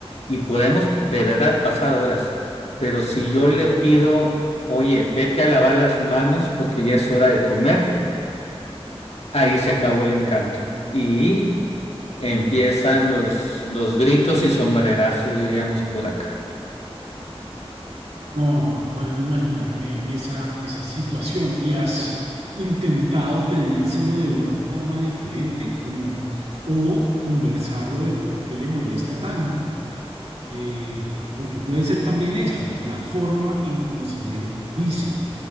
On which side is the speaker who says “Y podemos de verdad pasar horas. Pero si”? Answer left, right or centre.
Left